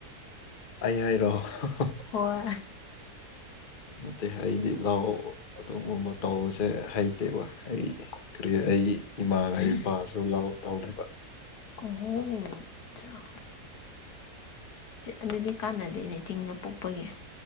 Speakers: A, on the left; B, on the left.
A: ꯑꯩ ꯍꯥꯏꯔꯛꯣ
B: ꯍꯣꯏ
A: ꯃꯦ ꯍꯥꯏꯗꯤ ꯂꯑꯣ ꯑꯗꯨꯒꯨꯝꯕ ꯇꯧꯕꯁꯦ ꯍꯩꯇꯦꯕ ꯑꯩ ꯀꯔꯤ ꯑꯩ ꯏꯃꯥ ꯑꯩ ꯏꯄꯥꯁꯨ ꯂꯥꯎ ꯇꯧꯗ
B: ꯑꯣ ꯑꯗꯨꯗꯤ ꯀꯥꯟꯅꯗꯦꯅꯦ ꯆꯤꯡꯗ ꯄꯣꯛꯄꯒꯤ